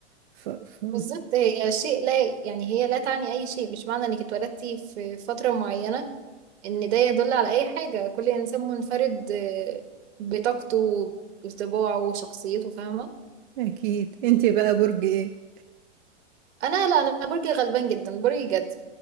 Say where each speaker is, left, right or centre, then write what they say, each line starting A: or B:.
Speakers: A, on the right; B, on the right.
A: ف... ف...
B: بالظبط هي شيء لا يعني هي لا تعني اي شيء مش معنى انك اتولدتي في فتره معينه ان ده يدل على اي حاجه كل انسان منفرد آه، بطاقته بطباعه وشخصيته فاهمه
A: أكيد انتي بقى برج ايه؟
B: انا لا انا برجي غلبان جدا برجي جدي